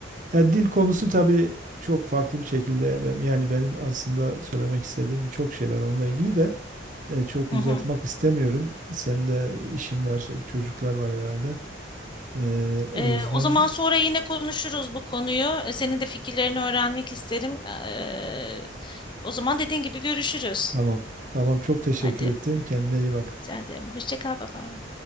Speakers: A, on the right; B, on the left.
A: Ya dil konusu tabii çok farklı bir şekilde ben- yani benim aslında söylemek istediğim çok şey var onunla ilgili de e, çok
B: Hı
A: uzatmak
B: hı.
A: istemiyorum. Senin de işin var, çocuklar var herhalde. E, o
B: E,
A: yüzden
B: o zaman sonra yine konuşuruz bu konuyu. E, Senin de fikirlerini öğrenmek isterim. E, o zaman dediğin gibi görüşürüz.
A: tamam. Tamam çok teşekkür
B: Hadi,
A: ettim. Kendine iyi bak.
B: rica ederim. Hoşça kal, bye bye.